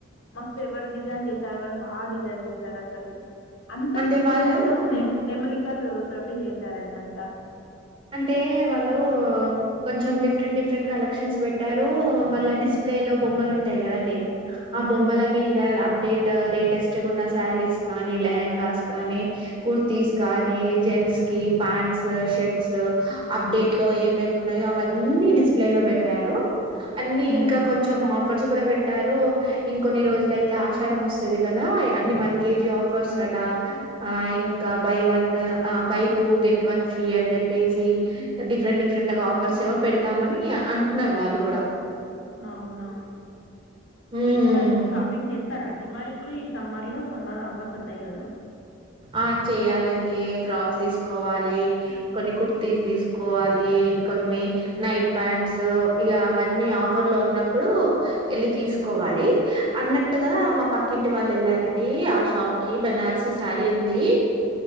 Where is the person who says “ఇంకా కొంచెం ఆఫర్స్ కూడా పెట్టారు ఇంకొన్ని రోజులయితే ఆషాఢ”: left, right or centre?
Right